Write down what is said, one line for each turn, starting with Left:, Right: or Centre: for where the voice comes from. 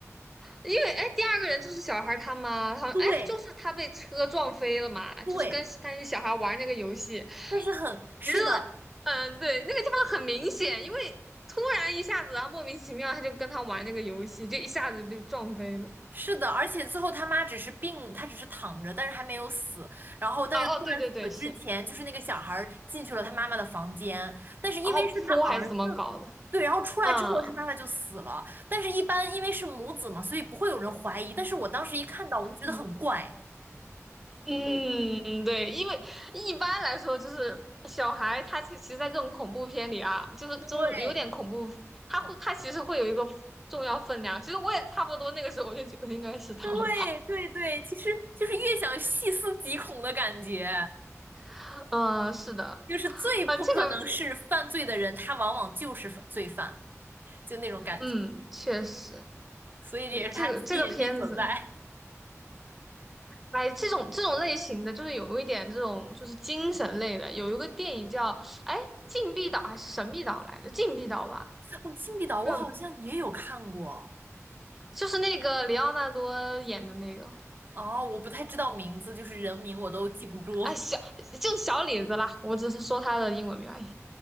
Centre: 因为哎，第二个人就是小孩他妈，他们哎，
Right: 对
Centre: 就是他被车撞飞了嘛，
Right: 对，
Centre: 就是跟那些小孩玩那个游戏，
Right: 但是很，是的，
Centre: 其实，嗯，对，那个地方很明显，因为突然一下子，然后莫名其妙他就跟他玩那个游戏，就一下子被撞飞了。
Right: 是的，而且最后他妈只是病，他只是躺着，但是还没有死。然后，但是突然死之前，
Centre: 啊，哦，对对对，是，
Right: 就是那个小孩儿进去了他妈妈的房间，但是因为是他儿子，
Centre: 然后哭还是怎么搞的？
Right: 对，然后出来之后他妈妈就死了。
Centre: 嗯
Right: 但是，一般因为是母子嘛，所以不会有人怀疑。但是我当时一看到，我就觉得很怪。
Centre: 嗯嗯，对，因为一般来说就是小孩，他其实，在这种恐怖片里啊，就是这种有点恐怖，
Right: 对，
Centre: 他会他其实会有一个重要分量。其实我也差不多那个时候，我就觉得应该是他了。
Right: 对对对，其实就是越想细思极恐的感觉，
Centre: <laughs> 嗯，是的，
Right: 就是最不可能是犯罪的人，
Centre: 啊，这个，
Right: 他往往就是犯罪犯，就那种感觉，
Centre: 嗯，确实，
Right: 所以这也是他吸引力所在。
Centre: 对，这个这个片子。哎，这种这种类型的，就是有一点这种就是精神类的，有一个电影叫哎《禁闭岛》还是《神秘岛》来着，《禁闭岛》吧，
Right: 哦，《禁闭岛》我好像也有看过，
Centre: 不知道就是那个里奥纳多演的那个，
Right: 哦，我不太知道名字，就是人名我都记不住，
Centre: 哎小就是小李子啦，我只是说他的英文名而已。